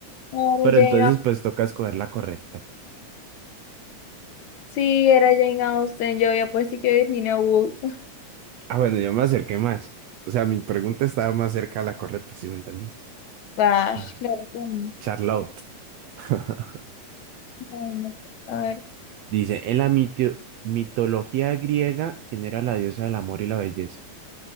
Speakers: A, on the left (about 70°); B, on the right (about 75°).
A: claro,
B: Pero
A: Jane...
B: entonces,
A: Au-
B: pues toca escoger la correcta.
A: Sí, era Jane Austen, yo ya pues sí que Virginia Woolf.
B: Ah, bueno, yo me acerqué más. O sea, mi pregunta estaba más cerca a la correcta, si me entiendes?
A: <laughs> Bash,
B: <laughs>
A: claro que no.
B: Charlotte. <laughs>
A: No, no. A ver,
B: Dice, en la mitio- mitología griega, ¿quién era la diosa del amor y la belleza?